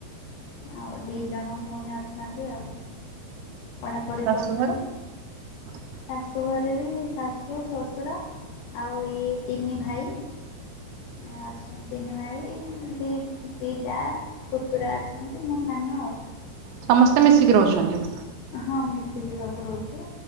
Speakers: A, on the left; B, on the right.
A: ଆଉ ଦି ଜଣ ଭୋଉଣୀ ଅଛନ୍ତି ଆଉ ପଢାପଢି
B: ଶାଶୁ
A: କରୁଚନ୍ତି।
B: <unintelligible>
A: ଶାଶୁଘରେ ବି ଶାଶୁ, ଶଶୁର, ଆଉ ଇଏ ତିନି ଭାଇ। ଆ ଅଛନ୍ତି ତିନି ଭାଇ ଦି ଦି ଯା ପୁତୁରା ଅଛ ନ୍ତି ମୁଁ ସାନ ଆଉ।
B: ସମସ୍ତେ ମିଶିକି ରହୁଛନ୍ତି?
A: ହଁ ମିଶିକି ସବୁ ରହୁଚୁ।